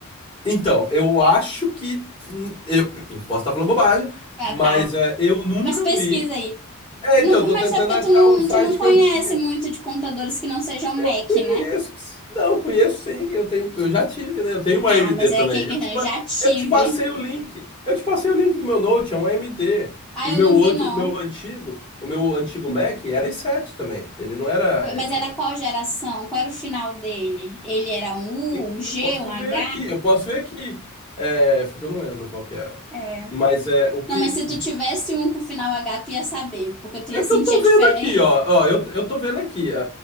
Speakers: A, on the left; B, in the centre.
A: então, eu acho que. hum, Eu, eu posso estar falando bobagem,
B: Ah,
A: mas
B: tá.
A: é, eu nunca
B: Mas pesquisa
A: vi.
B: aí.
A: É,
B: Não,
A: então, eu tô
B: mas
A: tentando
B: é porque
A: achar
B: tu não,
A: o site
B: tu não conhece
A: que eu tinha.
B: muito de computadores que não sejam Mac,
A: Eu conheço.
B: né?
A: Não, conheço sim. Eu tenho, eu já tive, né? Eu tenho um
B: Ah,
A: AMD
B: mas é
A: também.
B: aquele que
A: Eu te,
B: eu
A: ma-
B: já tive.
A: eu te passei o link. Eu te passei o link do meu Note, é um AMD.
B: Ah,
A: E
B: eu
A: o meu
B: não
A: outro,
B: vi, não.
A: o meu antigo, o meu antigo Mac era i7 também. Ele não era.
B: Foi-
A: é,
B: Mas era qual geração? Qual era o final dele? Ele era um U,
A: tem-
B: um G,
A: Eu posso
B: um H?
A: ver aqui, eu posso ver aqui. É, porque eu não lembro qual que era.
B: É.
A: Mas é o que.
B: Não, mas se tu tivesse um com final H, tu ia saber, porque tu ia
A: É
B: sentir
A: que eu tô
B: a diferença.
A: vendo aqui, ó. Ó, eu, eu tô vendo aqui ah,